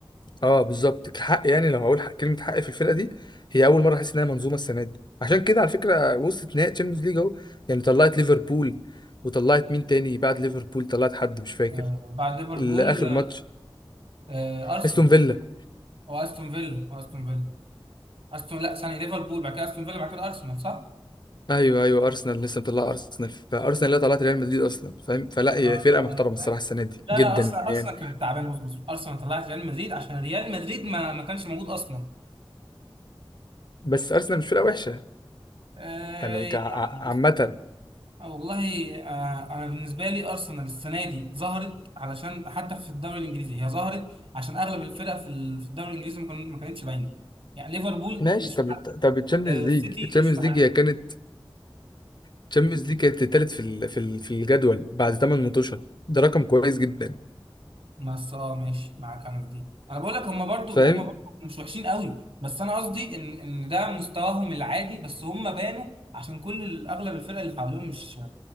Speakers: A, on the left; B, on the right.
A: اه بالظبط كحق يعني لو هقول حق كلمه حق في الفرقه دي هي اول مره احس انها منظومه السنه دي عشان كده على فكره وصلت نهائي تشامبيونز ليج اهو يعني طلعت ليفربول وطلعت مين تاني بعد ليفربول طلعت حد مش فاكر
B: آه، بعد ليفربول
A: الاخر ماتش
B: آه، ارسنال
A: استون فيلا
B: او استون فيلا أو استون فيلا استون لا ثانيه ليفربول بعد كده استون فيلا بعد كده ارسنال صح؟
A: ايوه ايوه ارسنال لسه مطلع ارسنال فارسنال اللي طلعت ريال مدريد اصلا فاهم فلا هي
B: آه،
A: فرقه محترمه الصراحه
B: عارف.
A: السنه دي
B: لا
A: جدا
B: لا ارسنال ارسنال
A: يعني
B: كانت تعبانه بص بص ارسنال طلعت ريال مدريد عشان ريال مدريد ما ما كانش موجود اصلا
A: بس ارسنال مش فرقه وحشه
B: آه،
A: يعني كع-
B: يعني
A: ع- عامه
B: آه، والله آه، انا بالنسبه لي ارسنال السنه دي ظهرت علشان حتى في الدوري الانجليزي هي ظهرت عشان اغلب الفرق في ال- في الدوري الانجليزي ما كان- ما كانتش باينه يعني ليفربول
A: ماشي
B: مش
A: طب
B: في حق-
A: طب التشامبيونز
B: آه،
A: ليج
B: السيتي
A: التشامبيونز
B: مش في حقها
A: ليج هي كانت التشامبيونز ليج كانت التالت في ال- في ال- في الجدول بعد 8 ماتشات ده رقم كويس جدا
B: بس اه ماشي معاك انا في دي انا بقول لك هم برضو
A: فاهم
B: هم برضو مش وحشين قوي بس انا قصدي ان ان ده مستواهم العادي بس هم بانوا عشان كل ال- اغلب الفرق اللي حواليهم مش